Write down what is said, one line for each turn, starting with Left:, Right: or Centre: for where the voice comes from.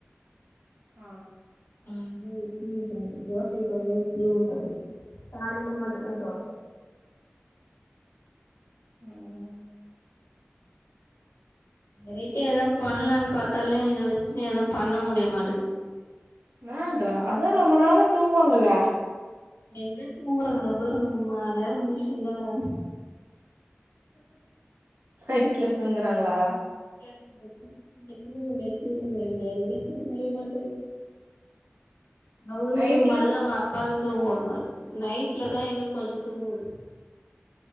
Right: ஆ
Left: வந்தா இட்லிம்பாரு தோசைக்கு பதிலா இட்லி ஊத்தனு காலைல மட்டுந்தா தோச
Right: <inaudible> ம்
Left: வெரைட்டியா எதா பண்லானு பாத்தாலு இத வச்சுனு எது பண்ண முடிய மாட்டிங்து
Right: என்னான்றா அதா ரொம்ப நேரோ தூங்குவாங்கல
Left: எங்க தூங்கறா அங்க பாருங்க ரொம்ப நேர முழிச்சுனு தா இருக்றாங்க
Right: நைட்ல தூங்குறாங்ளா
Left: <inaudible>
Right: <inaudible>
Left: அவ்ளு
Right: நைட்ல
Left: தூங்கமாட்டேங்றா அவுங்கப்பாவையு தூங்க உடமாட்து நைட்லதா எதோ கொஞ்சோ தூங்குது